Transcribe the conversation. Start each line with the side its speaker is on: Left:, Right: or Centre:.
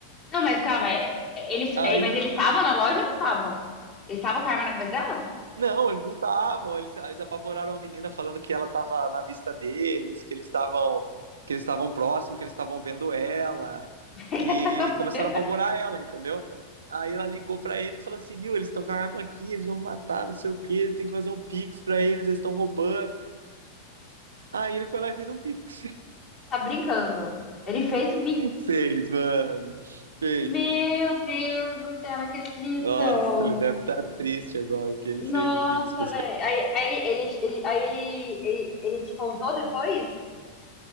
Left: Não, mas calma, é- é- eles,
Right: Aí
Left: é, mas eles estavam na loja ou não estavam? Eles estavam com a arma na cabeça dela?
Right: Não, eles não estavam. Eles, eles apavoraram a menina falando que ela estava na vista deles, que eles estavam que eles estavam próximos, que eles estavam vendo ela
Left: <laughs>
Right: e, e começaram a apavorar ela, entendeu? Aí ela ligou pra ele e falou assim, viu, eles estão com a arma aqui, eles vão me matar, não sei o quê, tem que fazer um pix pra eles, eles estão roubando. Aí ele foi lá e fez um pix.
Left: tá brincando. Ele fez o Pix.
Right: <laughs> Fez, mano. Fez.
Left: Meu Deus do céu, não acredito.
Right: Nossa, ele deve estar triste agora que ele
Left: Nossa,
Right: fez o pix pros
Left: velho. Aí, aí ele, ele, ele, aí ele, ele, ele te contou depois?